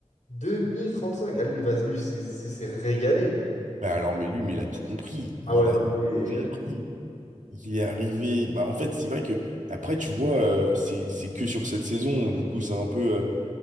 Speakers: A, on the left; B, on the right.
A: 2035. Ah, lui, il va, lui, c'est c'est- c'est régalé, lui.
B: Bah, alors, mais lui, mais il a tout compris. Il
A: Ah ouais, non,
B: a tout
A: lui, il a
B: compris. Il est arrivé. Bah, en fait, c'est vrai que, après, tu vois, euh, c'est c'est que sur cette saison. Du coup, c'est un peu. euh,